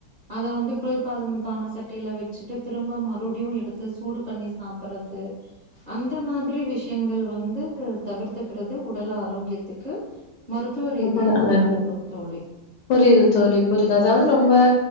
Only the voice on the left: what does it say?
ரொம்ப நல்லாருக்கு
புரியுது தோழி புரியுது அதாவது ரொம்ப